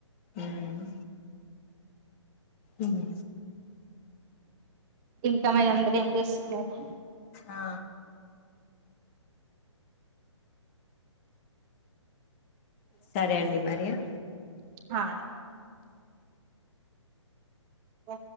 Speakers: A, on the left; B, on the right.
A: ఉమ్ ఉమ్
B: ఇంకా మరి అందరు ఏం చేస్తున్నారు
A: ఆ సరే అండి మరి ఆ
B: హా ఓ